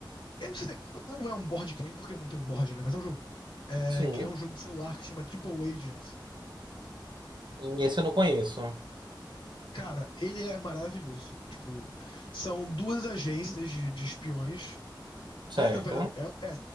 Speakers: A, on the left; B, on the right.
A: Eu não sei, se- não não é um board game, porque não tem um board, né? Mas é um jogo. É,
B: Sim.
A: que é um jogo de celular que se chama Triple Agents.
B: Esse eu não conheço.
A: Cara, ele é maravilhoso. Tipo, são duas agências de, de espiões.
B: Certo.
A: Ah, não, perdão. É, é,